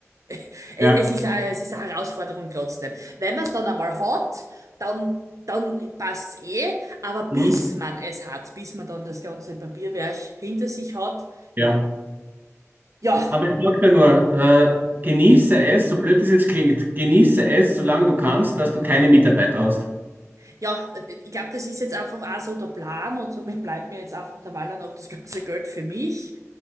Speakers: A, on the right (about 80°); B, on the right (about 35°).
A: <laughs> Es
B: Ja.
A: ist eine, es ist eine Herausforderung trotzdem. Wenn man es dann einmal hat, dann, dann passt's eh. Aber bis
B: Mhm.
A: man es hat, bis man dann das ganze Papierwerk hinter sich hat,
B: Ja.
A: ja. Ja.
B: Aber ich sag dir nur, äh, genieße es, so blöd es jetzt klingt, genieße es, solange du kannst, dass du keine Mitarbeiter hast.
A: Ja, äh, ich glaube, das ist jetzt einfach auch so der Plan und somit bleibt mir jetzt einfach der Waller noch das ganze Geld für mich.